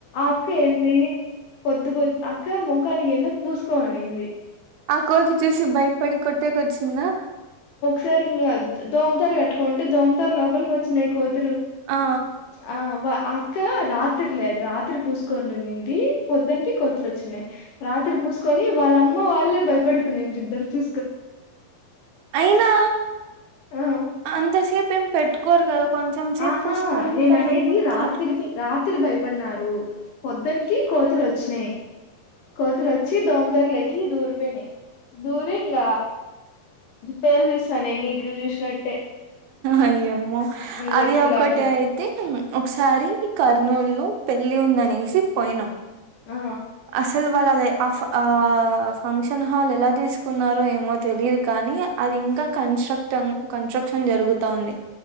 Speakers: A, on the left (about 75°); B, on the right (about 80°).
A: అక్క ఏంది పొద్దు పొద్దు అక్క ముఖానికి ఏందో పూసుకోనింది
B: ఆ కోతి చూసి భయపడి కొట్టేకొచ్చిందా
A: సరింగ దోమతారు కట్టుకోంటే దోమతర లోపలికి వచ్చినాయి కోతులు
B: ఆ
A: ఆ వ ఆ క రాత్ రాత్రి లేదు రాత్రి పూసుకొనింనింది పొద్దునకి కొతులు వచ్చినన్నాయి రాత్రి పూసుకొని వాళ్ళమ్మ వాళ్ళే భయపడిపోయిన ఇద్దరు చూ
B: అయినా
A: ఆ
B: అంతసేపు ఏం పెట్టుకోరు కదా కొంచెం సేపు
A: ఆహా
B: పూసుకొని
A: నేను
B: కడుగుతారు
A: అనేది రాత్రికి రాత్ త్రి భయపడ్ననారు పొద్దున్కి కోతలు వచ్చినాయ్ కోతులోచ్చి దోమతర్లేకి దూరుపోయినై దూరి ఇంగ పేలు చూస్తనాయ్ నీకు చూసినట్టే
B: అయ్యేమో అది
A: జెప్పిల్లాట్లే.
B: ఒకటి అయితే ఒకసారి కర్నూలు లో పెళ్లి ఉందనేసి పోయినాం
A: ఆ!
B: అసలు వాళ్ళ అదె ఆ ఫ ఆ ఫంక్షన్ హాల్ ఎలా తీసుకున్నారో ఏమో తెలిదు కా కానీ అది ఇంకా కన్స్ట్రక్ట్ కన్స్ట్రక్షన్ జరుగుతాంది